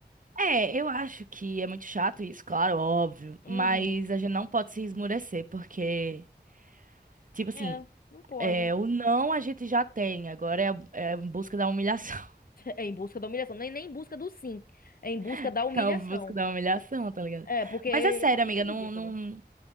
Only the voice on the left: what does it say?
Uhum.
É, não pode.
É em busca da humilhação. Nem, nem em busca do sim. É em busca
da humilhação.
É, porque é
ridículo.